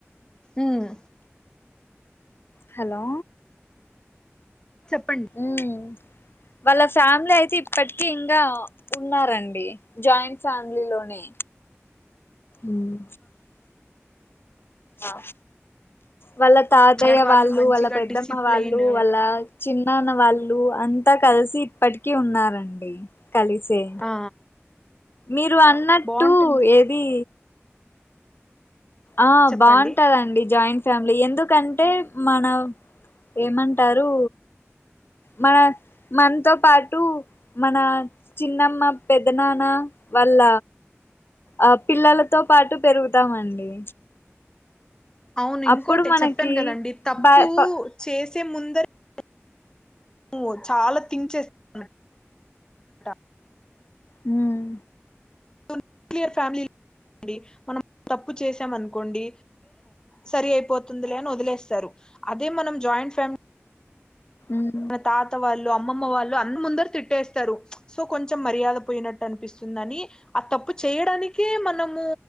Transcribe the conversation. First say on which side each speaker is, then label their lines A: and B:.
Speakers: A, on the left; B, on the left.
A: ఉమ్
B: హలో
A: చెప్పండి
B: ఉమ్ వాళ్ళ ఫ్యామిలీ అయితే ఇప్పటిక ఇంకా ఉన్నారండి జాయింట్ ఫ్యామిలీ లోనే ఉమ్ ఆ వాళ్ళ తాతయ్య
A: అంటే
B: వాళ్ళు
A: మంచిగా
B: వాళ్ళ పెద్దమ్మ
A: డిసిప్లైన్
B: వాళ్ళు వాళ్ళ చిన్నాన్న వాళ్ళు అ అంత కలిసి ఇప్పటికీ ఉన్నారండి కలిచే
A: ఆ
B: మీరు అన్నట్టు
A: బాగుంటుంది
B: ఏది ఆ
A: చెప్పండి
B: బాగుంటదండి జాయింట్. ఫ్యామిలీ ఎందుకంటే మన ఏమంటారు. మన మనతో పాటు మన చిన్నమ్మ పెద్దనాన్న వాళ్ల ఆ పిల్లలతో పాటు పెరుగుతామండి.
A: అవును ఇంకోటి
B: అప్పుడు మనకి
A: చెప్పాను కదండి తప్పు
B: బా ప
A: చేసే ముందు <unintelligible> నువ చాలా థింక్ చేస్తా ట
B: హ్మ్మ్
A: నూక్లియర్ ఫ్యామిలీ అనుకోండి మనం తప్పు చేసాం అనుకోండి సరి అయిపోతుందిలే అని వదిలేస్తారు అదే మనం జాయింట్ ఫ్యామిలీ
B: ఉమ్
A: తాత వాళ్ళు అమ్మమ్మ వాళ్ళు అన్ని ముందర తిట్టేస్తారు సో కొంచెం మర్యాద పోయినట్టు అనిపిస్తుందని ఆ తప్పు చేయడానికే మనము